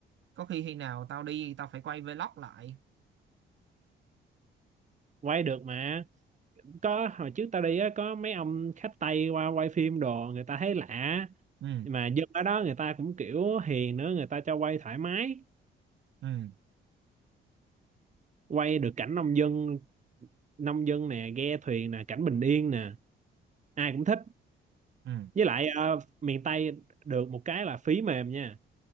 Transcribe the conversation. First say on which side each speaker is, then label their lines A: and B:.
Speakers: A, on the right (about 70°); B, on the right (about 35°).
A: có khi khi nào tao đi tao phải quay vlog lại
B: quay được mà có hồi trước tao đi á có mấy ông khách Tây qua quay phim đồ người ta thấy lạ
A: ừ
B: mà dân ở đó người ta cũng kiểu hiền nữa người ta cho quay thoải mái
A: ừ
B: quay được cảnh nông dân nông dân nè ghe thuyền nè cảnh bình yên nè ai cũng thích
A: ừ
B: với lại ờ, miền Tây được một cái là phí mềm nha